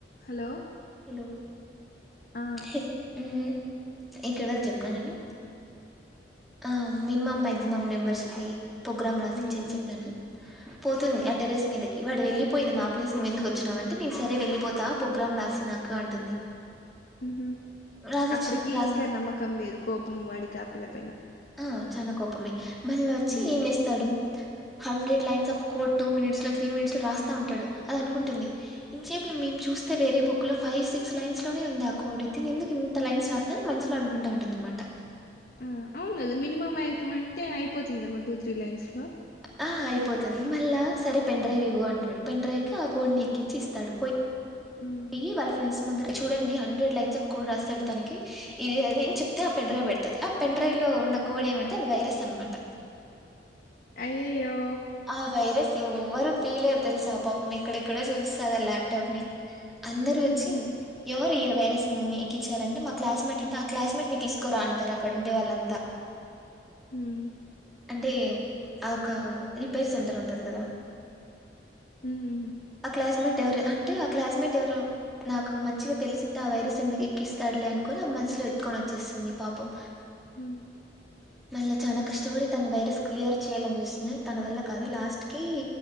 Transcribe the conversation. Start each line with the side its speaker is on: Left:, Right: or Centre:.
Left: Hello
Centre: hello
Left: ఆ
Centre: హాహు ఎక్కడ చెప్పిన నేను ఆ మినిమం మాక్సిమం నెంబర్స్కి ప్రోగ్రామ్ రాసిచ్చేసి
Left: ఉమ్
Centre: చెప్పినను
Left: ఉమ్
Centre: పోతుంది ఆ టెరెస్ మీద ఇ వాడి వెళ్ళలిపోయిది నా ప్లేస్ నువ్వు ఎందుకు వచ్చినావంటే నేను సరే వెళ్ళలిపోతా ప్రోగ్రాం రాసి నాకు అంటుంది
Left: ఉహు
Centre: రాసిచ్చిన
Left: అప్పటికి
Centre: రాసి
Left: ఇంకా నమ్మకం లేదు కోపం వాడి కాపిల్ల పైన
Centre: ఆ చాలా కోపమే మళ్ళ వచ్చి
Left: ఉమ్
Centre: ఏం చేస్తాడు hundred lines of code two minutes లో త్రీ మినిట్స్ లో రాస్తా ఉంటాడు అది అనుంటుంది ఇంసేపు మేము చూస్త వస్త వేరే బుక్ లో ఫైవ్ సిక్స్ లైన్స్ లోనే ఉంది ఆ కోడ్ ఇతను ఎందుకు ఇంత లైన్స్ రాస్తా మనసులో అనుకుంటూ ఉంటుందనమాట
Left: ఆ అవును కదా మినిమమ్ మక్సిం అంటే అయిపోతుంది కదా మ టూ త్రీ లైన్స్ లో
Centre: ఆ అయిపోతుంది మల్ల సరే పెన్ డ్రైవ్ ఇవ్వ అంటాడు పెన్ డ్రైవ్ కి ఆ కోంని ఎక్కించి ఇస్తాడు పోయియి
Left: ఉమ్
Centre: వాళ్ళ ఫ్రెండ్స్ ముందు చూడండి హండ్రెడ్ లైన్స్ ఆఫ్ కోడ్ రాస్తాడు
Left: ఉమ్
Centre: తనకి ఇది అదిని చెప్తే ఆ పెన్ డ్రైవ్ పెడతుది ఆ పెన్ డ్రైవ్ లో ఉన్న కోడ ఏమంటే అది వైరస్ అనమాట
Left: అయ్యయ్యో
Centre: ఆ వైరస్ ఎవ్వరు తీలేరు తెలుసా ఆ పాపం ఎక్కడెక్కడో చూపిస్తాది ఆ లాప్టాప్ ని అందరు వచ్చి
Left: ఉహు
Centre: ఎవరు ఇలా వైరస్ మీకి ఇచ్చారంటే మా క్లాస్మేట్ అంటే ఆ క్లాస్మేట్ ని తీసుకురా అంటారు అక్కడ ఉండే వాళ్ళంతా
Left: ఉమ్
Centre: అంటే ఆ ఒక రిప్ పేర్ సెంటర్ ఉంటది కదా
Left: ఉమ్
Centre: ఆ క్లాస్ మేట్ ఎవరు అంటే ఆ క్లాస్మేట్ ఎవరో నాకు మంచిగా తెలిసింటే ఆ వైరస్ ఎందుకు ఎక్కిస్తాడలే అనుకుని అమ్మా ఎతుకొని వచ్చేస్తుంది పాపం
Left: ఉహ్
Centre: మళ్ళీ చాలా కష్టపడి తన వైరస్ క్లియర్ చేయాలనిపిస్తుంది తన వల్ల కాదు లాస్ట్ కి